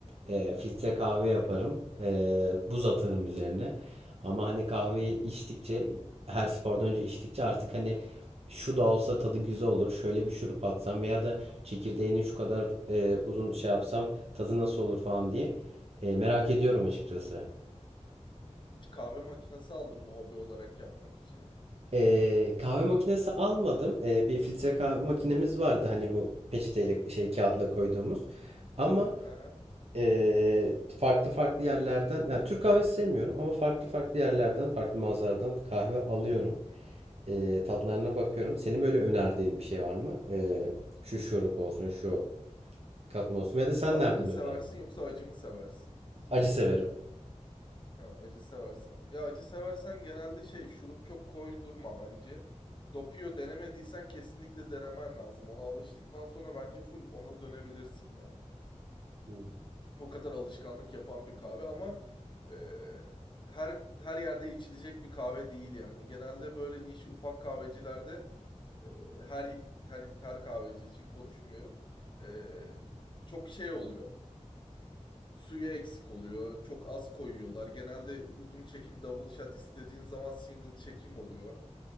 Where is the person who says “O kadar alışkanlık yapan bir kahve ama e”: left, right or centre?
Left